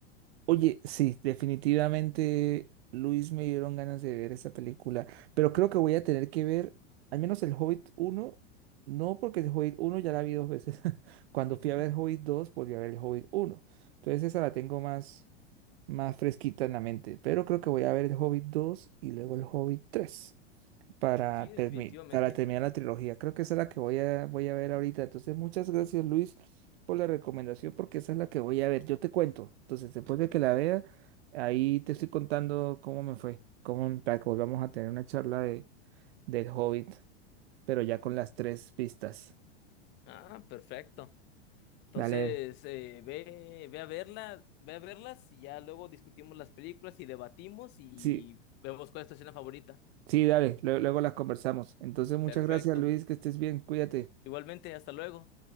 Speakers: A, on the right; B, on the left.
A: Oye, sí, definitivamente Luis me dieron ganas de ver esa película, pero creo que voy a tener que ver al menos el Hobbit uno, no porque el Hobbit uno ya la vi dos veces. <laughs> Cuando
B: <laughs>
A: fui a ver Hobbit 2 volví a ver el Hobbit uno, Entonces esa la tengo más, más fresquita en la mente, pero creo que voy a ver el Hobbit 2 y luego el Hobbit 3 para,
B: Sí, definitivamente.
A: termi- para terminar la trilogía. Creo que esa es la que voy a, voy a ver ahorita. Entonces, muchas gracias, Luis, por la recomendación, porque esa es la que voy a ver. Yo te cuento. Entonces, después de que la vea, ahí te estoy contando cómo me fue, cómo para que volvamos a tener una charla de, del Hobbit, pero ya con las tres pistas.
B: Ah, perfecto. Entonces,
A: Dale.
B: eh, ve, ve a verla, ve a verlas y ya luego discutimos las películas y debatimos y
A: Sí,
B: vemos cuál es tu escena favorita.
A: sí, dale. lue- Luego, las conversamos. Entonces, muchas
B: Perfecto.
A: gracias, Luis, que estés bien. Cuídate.
B: Igualmente, hasta luego.